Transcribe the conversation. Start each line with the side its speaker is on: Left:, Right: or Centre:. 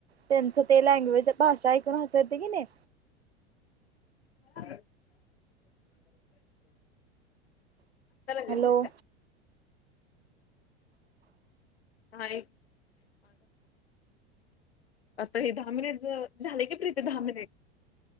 Right: त्यांचं ते लँग्वेज भाषा ऐकून हाय की नाही
Left: आता लागेेतेत
Right: हॅलो
Left: हा एक ह का आता हे दहा मिनिट झाले की प्रि ते दहा मिनिट